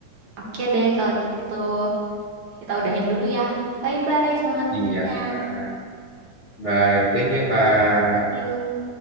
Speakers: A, on the right; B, on the left.
A: Oke deh kalau gitu. Kita udahin dulu ya. Bye-bye, semangat meetingnya.
B: Iya, nah, bye. Thank you Kak.
A: Thank you.